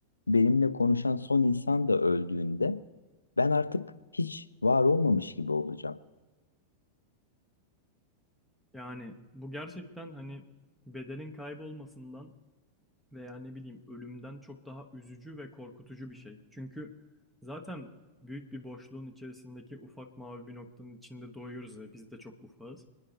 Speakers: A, on the left (about 75°); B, in the centre.
A: benimle konuşan son insan da öldüğünde ben artık hiç var olmamış gibi olacağım.
B: Yani bu gerçekten hani bedenin kaybolmasından Veya ne bileyim, ölümden çok daha üzücü ve korkutucu bir şey. Çünkü zaten büyük bir boşluğun içerisindeki ufak mavi bir noktanın içinde doğuyoruz ve biz de çok ufağız.